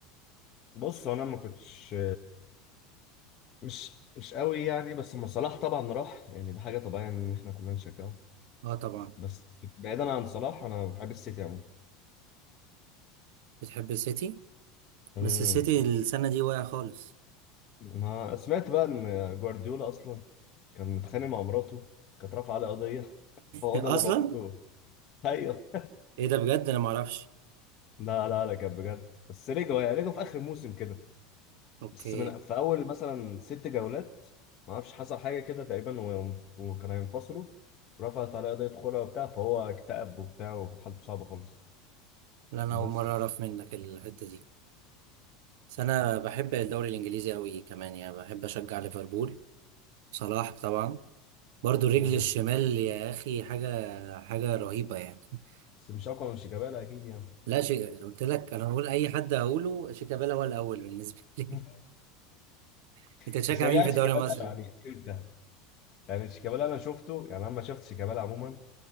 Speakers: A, on the left; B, on the right.
A: بص هو انا ما كنتش مش مش قوي يعني بس لما صلاح طبعا راح يعني ده حاجه طبيعيه ان احنا كلنا نشجعه
B: اه طبعا
A: بس بعيدا عن صلاح انا بحب السيتي عموما
B: بتحب السيتي
A: امم
B: بس السيتي السنه دي واقع خالص
A: انا سمعت بقى ان جوارديولا اصلا كان متخانق مع مراته كانت رافعه عليه قضيه هو
B: <laughs>
A: ده اللي
B: اصلا
A: بوظوه ايوه
B: ايه ده بجد انا ما اعرفش
A: لا لا لا كان بجد بس رجعوا يعني رجعوا في اخر موسم كده
B: اوكي
A: بس من في اول مثلا ست جولات ما اعرفش حصل حاجه كده تقريبا و- وكانوا ينفصلوا رفعت عليه قضيه خلع وبتاع فهو اكتئب وبتاع وكانت حالته صعبه خالص
B: لا انا
A: بس
B: اول مره اعرف منك الحته دي بس انا بحب الدوري الانجليزي قوي كمان يعني بحب اشجع ليفربول صلاح طبعا برضو رجل
A: مم.
B: الشمال يا اخي حاجه حاجه رهيبه يعني <laughs>
A: بس مش اقوى من شيكابالا اكيد يعني
B: لا شيء قلت لك انا بقول اي حد هقوله شيكابالا هو الاول بالنسبه لي
A: <laughs>
B: <laughs> انت تشجع
A: انت شجعت
B: مين في الدوري
A: شيكابالا
B: المصري
A: يعني امتى؟ يعني شيكابالا انا شفته يعني انا لما شفت شيكابالا عموما